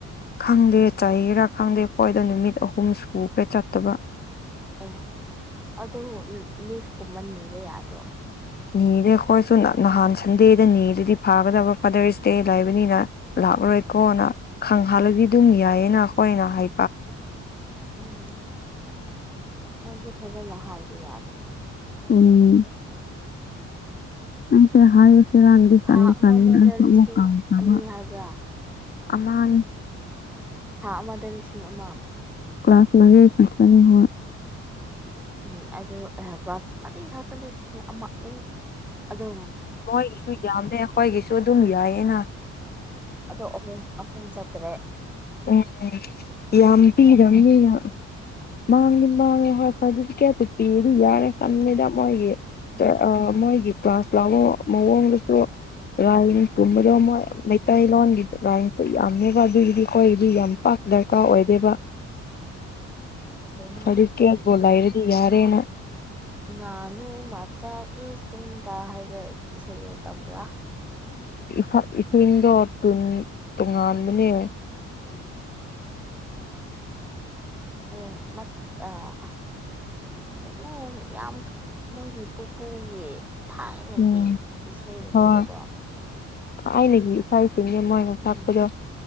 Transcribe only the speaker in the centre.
ꯑꯦ ꯑꯗꯨ ꯂꯤ ꯂꯤꯐ ꯀꯨꯝꯕ ꯅꯤꯕ ꯌꯥꯗ꯭ꯔꯣ
ꯎꯝ ꯑꯥꯏꯖꯨ ꯐꯖꯅ ꯍꯥꯏꯕ ꯌꯥꯕꯅꯦ
ꯊꯥ
ꯑꯃꯃꯗ
ꯂꯤꯁꯤꯡ
ꯑꯅꯤ ꯍꯥꯏꯕ꯭ꯔꯥ
ꯊꯥ ꯑꯃꯗ ꯂꯤꯁꯤꯡ ꯑꯃ
ꯎꯝ ꯑꯗꯨ ꯑꯍꯥ ꯀ꯭ꯂꯥꯁ ꯃꯔꯤ ꯈꯛꯇ ꯂꯤꯁꯤꯡ ꯑꯃ ꯎꯝ ꯑꯗꯨ
ꯑꯗꯣ ꯑꯍꯨꯝ ꯑꯍꯨꯝ ꯆꯠꯇꯔꯦ
ꯅꯣꯏ
ꯎꯝ
ꯎꯝ
ꯎꯝ ꯎꯝ ꯀꯩꯅꯣ
ꯉꯥ ꯉꯥꯅꯨ ꯃꯆꯥ ꯏꯁꯤꯡꯗ ꯍꯥꯏꯕ꯭ꯔꯥ ꯏꯁꯩꯗꯣ ꯇꯝꯕ꯭ꯔꯥ
<inaudible> ꯑ ꯃꯠ ꯑꯥ ꯀꯩꯅꯣ ꯌꯥꯝ ꯃꯣꯏꯒꯤ ꯄꯨꯄꯨꯒꯤ ꯊꯥꯏꯅꯒꯤ
ꯏꯁꯩꯒꯨꯝꯕꯗꯨꯀꯣ
ꯎꯝ